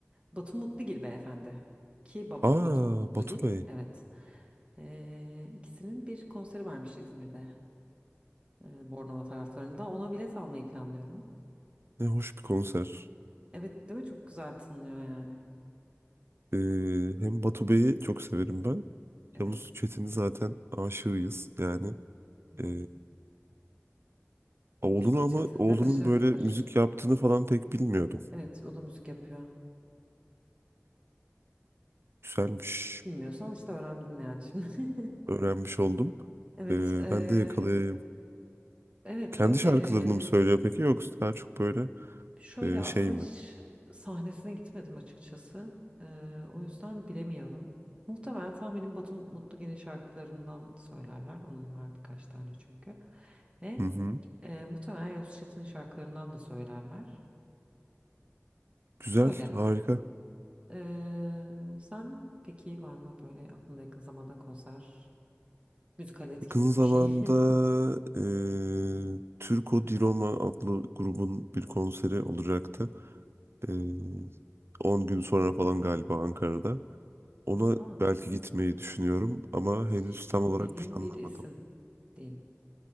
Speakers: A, on the right; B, on the right.
A: Batu Mutlugil beyefendi. Ki baba
B: aa
A: Batu Mutlugil.
B: Batu Bey.
A: Evet. E, ikisinin bir konseri varmış İzmir'de. E, Bornova taraflarında. Ona bilet almayı planlıyorum.
B: Ne hoş bir konser.
A: Evet değil mi? Çok güzel tınlıyor yani.
B: Ee, hem Batu Bey'i çok severim ben.
A: Evet.
B: Yavuz Çetin'i zaten aşığıyız yani.
A: Evet.
B: Ee,
A: Yavuz
B: oğlunu
A: Can
B: ama
A: Çetin
B: oğlunun
A: de başarılıdır.
B: böyle müzik yaptığını falan pek bilmiyordum.
A: Evet, o da müzik yapıyor.
B: Güzelmiş.
A: Bilmiyorsan işte öğrendin yani şimdi. <laughs>
B: Öğrenmiş oldum.
A: Evet,
B: Ee,
A: eee,
B: ben de yakalayayım.
A: evet
B: Kendi
A: öyle.
B: şarkılarını
A: eee,
B: mı söylüyor peki yoksa daha çok böyle
A: şöyle
B: e,
A: aslında
B: şey mi?
A: hiç sahnesine gitmedim açıkçası. Eee, o yüzden bilemiyorum. Muhtemelen tahminim Batu Mutlugen'in şarkılarından söylerler. Onun var birkaç tane çünkü. Ve
B: Hı hı.
A: eee, muhtemelen Yavuz Çetin'in şarkılarından da söylerler.
B: Güzel,
A: Öyle.
B: harika.
A: Eee, sen peki var mı böyle aklında yakın zamanda konser, müzikal etkinlik
B: Yakın zamanda
A: bir şey? <laughs>
B: eee Türko Di Roma adlı grubun bir konseri olacaktı. Eee on gün sonra falan galiba Ankara'da. Ona
A: Aa,
B: belki gitmeyi düşünüyorum ama
A: hiç
B: henüz tam
A: bilmediğim
B: olarak planlamadım.
A: bir isim diyeyim.